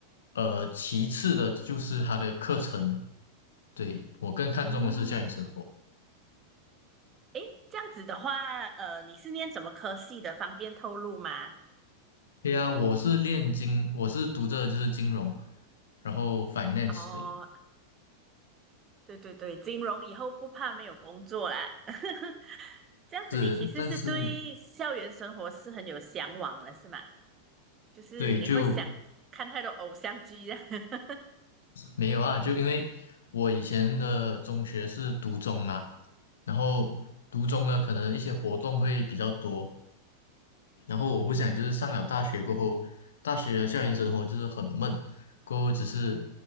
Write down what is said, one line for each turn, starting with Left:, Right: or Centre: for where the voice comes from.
Left: 呃，其次的就是他的课程。对，我更看重的是校园生活。
Right: 嗯，哎，这样子的话，呃，你是念什么科系的？方便透露吗？
Left: 对呀，我是练金，我是读着就是金融，然后 finance，
Right: 哦，
Left: 对，
Right: 对对对，金融以后不怕没有工作啦。<laughs> 这样子，
Left: 是，
Right: 你其实是对校园生活是很有向往了，
Left: 但是
Right: 是吗？就是你会想看太多偶像剧啊。
Left: 对就
Right: <laughs>
Left: 没有啊，就因为我以前的中学是读中嘛，然后读中呢，可能一些活动会比较多。然后我不想就是上了大学过后，
Right: 嗯
Left: 大学的校园生活就是很闷，过后只是